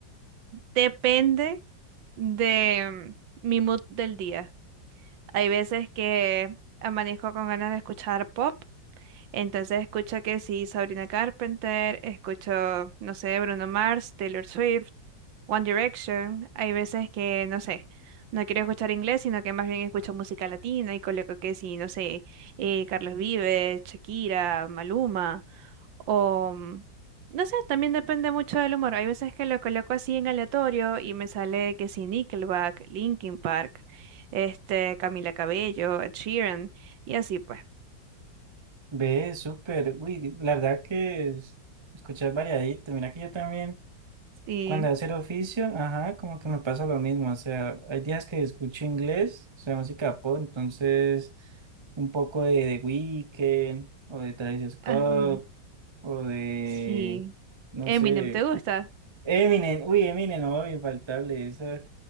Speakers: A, on the right; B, on the right.
A: Depende de mm, mi mood del día. Hay veces que amanezco con ganas de escuchar pop Entonces escucho que sí, Sabrina Carpenter, escucho, no sé, Bruno Mars, Taylor Swift, One Direction. Hay veces que, no sé, no quiero escuchar inglés, sino que más bien escucho música latina y coloco que sí, no sé, eh, Carlos Vives, Shakira, Maluma, o mm, no sé, también depende mucho del humor. Hay veces que lo coloco así en aleatorio y me sale que sí, Nickelback, Linkin Park, este, Camila Cabello, Ed Sheeran, y así pues.
B: Ve, súper, uy, la verdad que es- escuchas variadito. Mira que yo también.
A: Sí.
B: Cuando hacer oficio, ajá, como que me pasa lo mismo. O sea, hay días que escucho inglés, o sea, música pop, entonces un poco de The Weeknd o de Travis Scott
A: Ajá.
B: o de,
A: Sí.
B: no
A: Eminem,
B: sé,
A: ¿te gusta?
B: Eminem. Uy, Eminem, no, infaltable. Esa,